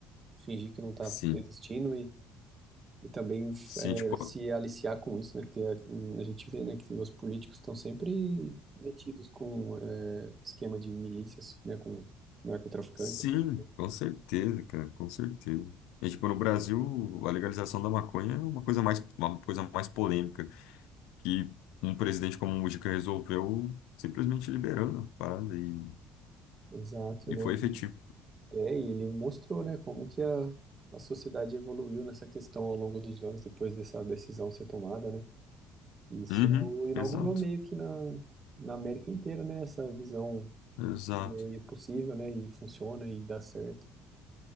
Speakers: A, on the right (about 30°); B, on the left (about 80°).
A: fingir que não está
B: sim.
A: existindo e, e também
B: Sim,
A: é,
B: tipo,
A: se aliciar com isso, né? Porque a, a gente vê, né, que os políticos estão sempre metidos com é, esquema de milícias, né, com narcotraficantes.
B: Sim,
A: essas coisas.
B: com certeza, cara, com certeza. É, tipo, no Brasil, a legalização da maconha é uma coisa mais, uma coisa mais polêmica, que um presidente como o Mujica resolveu simplesmente liberando a parada e,
A: Exato,
B: e
A: né?
B: foi efetivo.
A: É, e ele mostrou, né, como que a, a sociedade evoluiu nessa questão ao longo dos anos, depois dessa decisão ser tomada, né? E Isso
B: Uhum,
A: inaugurou
B: exato,
A: meio que na, na América inteira, né, essa visão
B: exato.
A: e aí é possível, né, e funciona e dá certo.